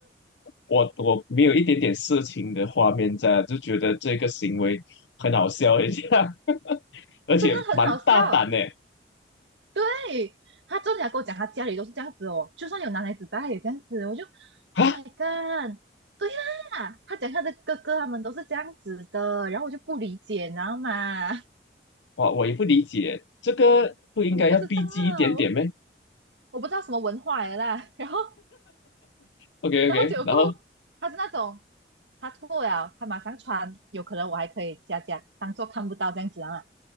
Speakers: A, on the left (about 85°); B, on the right (about 85°).
A: 我我没有一点点色情的画面在啊，就觉得这个行为很好笑一下，<laughs>
B: <laughs>
A: 而且蛮大胆呢。
B: 真的很好笑。对，他真的要跟我讲，他家里都是这样子哦，就算有男孩子在，他也这样子。我就
A: 啊，
B: ，Oh my god！对啦，他讲他的哥哥他们都是这样子的，然后我就不理解，你知道吗？
A: 哇，我也不理解，这个不应该要逼近一点点咩
B: <laughs> 我不知道，我不知道什么文化来的啦。<laughs> 然后，
A: o k
B: 然后结果过后他是那种，
A: OK，然后
B: 他脱了，他马上穿，有可能我还可以假假当做看不到这样子啊。